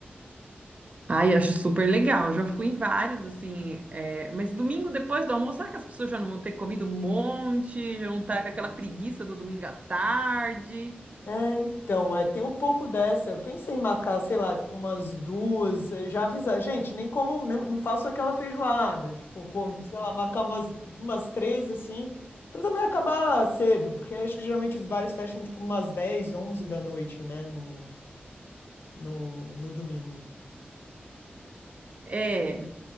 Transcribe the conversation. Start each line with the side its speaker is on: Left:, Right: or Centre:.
Right: Ai, acho super legal. Já fui em vários, assim. é, Mas domingo depois do almoço, será que as pessoas já não vão ter comido um monte? Já vão estar com aquela preguiça do domingo à tarde?
Left: É, então, é, tem um pouco dessa. Eu pensei em marcar, sei lá, tipo, umas duas, eh, já avisar, gente, nem como, nem- não faço aquela feijoada, tipo, como, sei lá, marcar umas, umas três, assim, pra também acabar cedo, porque acho que geralmente os bares fecham, tipo, umas 10 11 da noite, né, no, no, no domingo.
Right: É,